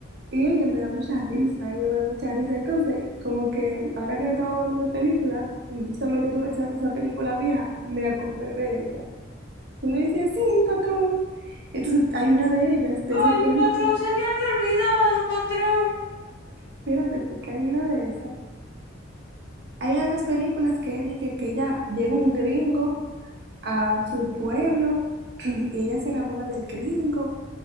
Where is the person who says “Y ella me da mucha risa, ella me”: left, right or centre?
Right